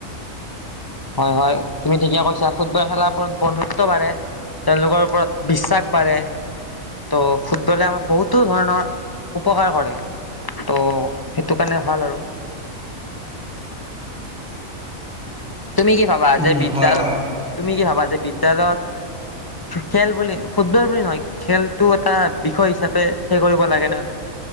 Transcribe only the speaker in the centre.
উম
হয় হয়